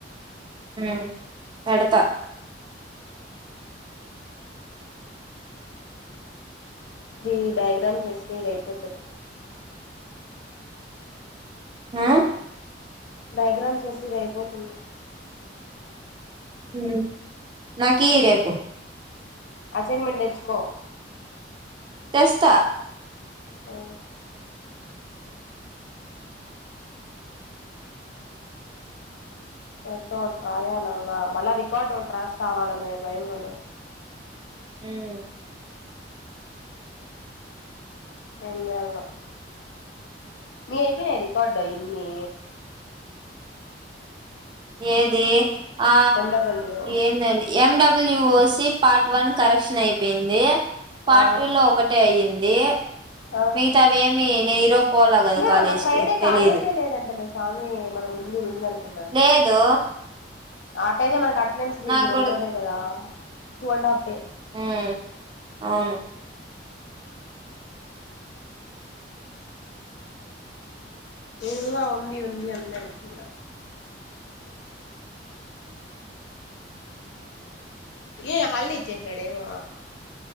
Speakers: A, on the right; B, on the left.
A: ఉమ్ పెడతా
B: ఇ డయాగ్రామ్స్ ఎస్తే ఇది అయిపోతది
A: ఆ
B: డయాగ్రామ్ ఏస్తె ఇది అయిపోతుంది
A: ఉమ్ నాకీయి రేపు
B: అసైన్మెంట్ తెచ్చుకో
A: తెస్తా
B: ఆ ఎట్టో గొట్ట రాయాలంగా మళ్ళా రికార్డు ఒటి రాస్ సవాల మే భయం గుంది
A: ఉమ్
B: ఏం జేయాలనొ నీయి అయిపోనయ రికార్డ్ అయన్నీ
A: ఏది ఆ
B: ఎండబ్ల్యూ
A: ఏందండి MW OC part one correction అయిపోయింది పార్ట్
B: ఆ
A: టూ లో ఒకటే అయ్యింది
B: ఆ
A: మిగతావి ఏమి నేను ఈరోజు పోలా కదా
B: మేమోన్న
A: కాలేజ్
B: ఫ్రైడే
A: కి తెలీదు
B: కాలేజే లేదంటే నె సామి మ ఉంది ఉందనుకున్నం
A: లేదు
B: ఆట అయితే మనకి అటెండెన్స్ పోయింది
A: నాకు
B: రెండు రోజులే కదా టూ అండ్ హాఫ్ డే
A: ఊమ్ అవును
B: దినిలా ఉంది ఉంది అంద అనుకున
A: <inaudible>
B: ఏ హాలి డే ఇచ్చేసినాడేమో